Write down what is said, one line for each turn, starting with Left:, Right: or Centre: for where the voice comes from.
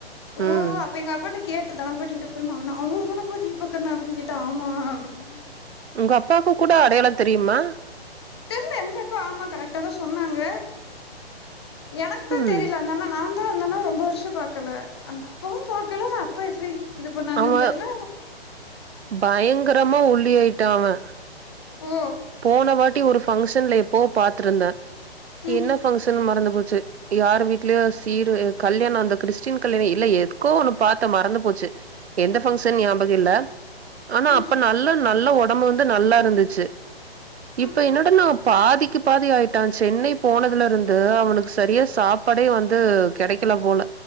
Left: ஓ
Right: ம்
Left: அப்ப எங்க அப்பாட்ட கேட்டு தனொ பாட்டி வீட்டுக் அப்றமா அண்ணா அவுங்க தானப்ப தீபக்கண்ணா அப்டின்னு கேட்டா ஆமா அப்டின்
Right: உங்க அப்பாக்கு கூட அடையாள தெரியுமா
Left: தெர்ல எங்கப்பா ஆமா கரெக்ட்டாதா சொன்னாங்க எனக்குதா
Right: ம்
Left: தெரில அந்தண்ணனான் அந்தணாவ ரொம்ப வருஷ பாக்கல அந்த அப்பாவு பாக்கல ஆனா அப்பா எப்டி இது பண்ணாங்கன்னு
Right: அவ
Left: தெர்ல
Right: பயங்கரமா ஒல்லியாய்ட்டா அவன்
Left: ஓ
Right: போன வாட்டி ஒரு ஃபங்க்ஷன்ல எப்போ பாத்துருந்தே
Left: ம்
Right: என்ன ஃபங்ஷன் மறந்து போச்சு யாரு வீட்டுலயோ சீரு கல்யாணோ அந்த கிருஷ் ஷ்டின் கல்யாணோ இல்ல எதுக்கோ ஒன்னு பாத்த மறந்து போச்சு எந்த ஃபங்கஷன் ஞாபகொ இல்ல ஆனா
Left: ம்
Right: அப்ப நல்ல நல்லா ஒடம்பு வந்து நல்லாருந்துச்சு
Left: ம்
Right: இப்ப என்னடனாப் பாதிக்கி பாதியாயிட்டா சென்னை போனதுலருந்து அவனுக்கு சரியா சாப்பாடே வந்து கெடைக் கல போல